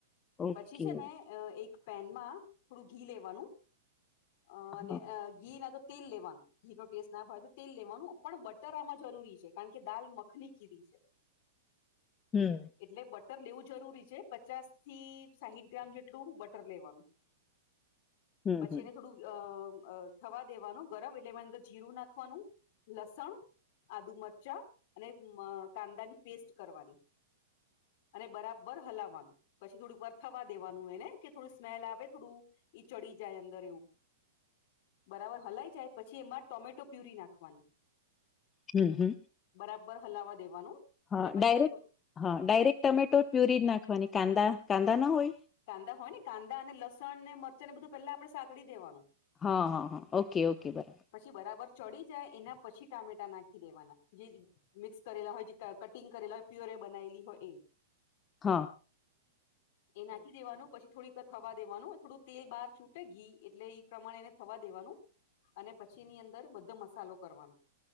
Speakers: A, on the left (about 20°); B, on the left (about 50°).
A: ઓકે
B: પછી છે ને અ એક પેનમાં થોડું ઘી લેવાનું અ અને
A: હા
B: ઘી ના તો તેલ લેવાનું. ઘીનો ટેસ્ટ ના ભાવે તો તેલ લેવાનું, પણ બટર આમાં જરૂરી છે, કારણ કે દાલ મખની કીધી છે.
A: <unintelligible>
B: એટલે બટર લેવું જરૂરી છે. પચાસ થી સાહીઠ ગ્રામ જેટલું બટર લેવાનું.
A: હમ હમ
B: જેને થોડું અહ અ થવા દેવાનું ગરમ એટલે એમાં અંદર જીરું નાખવાનું, લસણ આદું મરચા, અને મ કાંદા ની પેસ્ટ કરવાની. અને બરાબર હલાવવાનું. પછી થોડુંક વાર થવા દેવાનું એને, કે થોડું સ્મેલ આવે થોડું ઈ ચડી જાય અં <unintelligible> બરાબર હલાઈ જાય પછી એમાં ટોમેટો પ્યુરી નાખવાની.
A: હુ હુ
B: બરાબર હલાવા દેવાનું.
A: હા
B: અને
A: ડાયરેક્ટ,
B: પછી
A: હા ડાયરેક ટમેટો પ્યુરી જ નાખવાની, કાંદા, કાંદા ન હોય?
B: કાંદા હોય ને, કાંદા અને લસણ, ને મરચા, ને બધું પેલા આપણે સાતડી દેવાનું.
A: હ હ ઓકે-ઓકે <unintelligible>
B: પછી બરાબર ચડી જાય, એના પછી ટામેટા નાખી દેવાના, જે મિક્સ કરેલા હોય, જે ક કટિંગ કરેલા હોય પ્યોરે બનાયેલી હોય એ.
A: હ.
B: એ નાખી દેવાનું પછી થોડી થવા દેવાનું થોડું તેલ બહાર છૂટે ઘી એટલે ઈ પ્રમાણે એને થવા દેવાનું અને પછી એની અંદર બધો મસાલો કરવાનો